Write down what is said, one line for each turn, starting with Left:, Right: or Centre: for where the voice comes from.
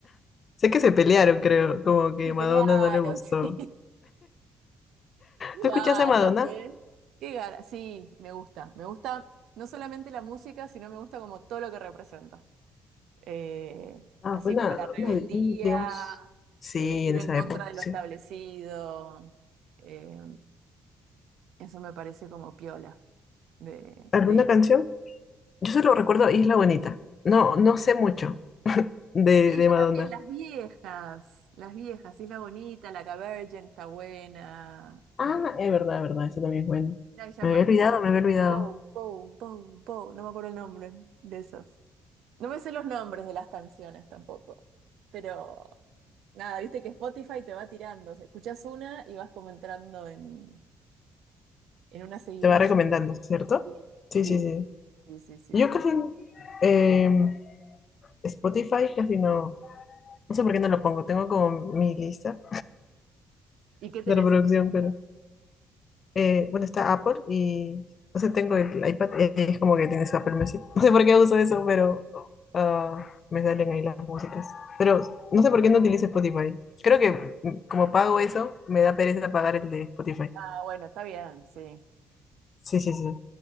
Left: Sé que se pelearon, creo, como que
Right: Se
Left: Madonna
Right: pelearon,
Left: no le gustó.
Right: <laughs> sí. Qué
Left: ¿Tú
Right: ganas,
Left: escuchaste a Madonna?
Right: ¿eh? Qué ganas. Sí, me gusta. Me gusta no solamente la música, sino me gusta como todo lo que representa. Eh,
Left: Ah,
Right: así
Left: fue una,
Right: como la rebeldía,
Left: una- de- un- digamos, sí,
Right: eh, ir
Left: en esa
Right: en contra
Left: época,
Right: de
Left: sí.
Right: lo establecido. eh, eso me parece como piola. De,
Left: ¿Alguna
Right: de...
Left: canción? Yo solo recuerdo Isla Bonita. No, no sé mucho de,
Right: Sí,
Left: de
Right: yo
Left: Madonna.
Right: también, las viejas. Las viejas, Isla Bonita, La Cavergen está buena.
Left: Ah,
Right: eh,
Left: es verdad, es verdad, eso también es bueno.
Right: una que se llama,
Left: Me había olvidado, me había olvidado.
Right: Bow, Bow, Bow, Bow, no me acuerdo el nombre de esos. No me sé los nombres de las canciones tampoco. Pero nada, viste que Spotify te va tirando. o sea, Escuchás una y vas como entrando en, en una seguidilla.
Left: Te va recomendando, ¿cierto?
Right: Sí,
Left: Sí,
Right: sí,
Left: sí, sí.
Right: sí, sí, sí,
Left: Yo
Right: sí.
Left: casi, em, Spotify casi no, no sé por qué no lo pongo. Tengo como mi lista
Right: ¿Y qué tenés
Left: de reproducción,
Right: en tu lista?
Left: pero... eh, bueno, está Apple y, o sea, tengo el iPad y es como que tienes Apple Music. <laughs> No sé por qué uso eso, pero ah, me salen ahí las músicas. Pero no
Right: Sí.
Left: sé por qué no utilizo Spotify. Creo que mm, como pago eso, me da pereza pagar el de Spotify.
Right: Ah, bueno, está bien, sí.
Left: Sí, sí, sí.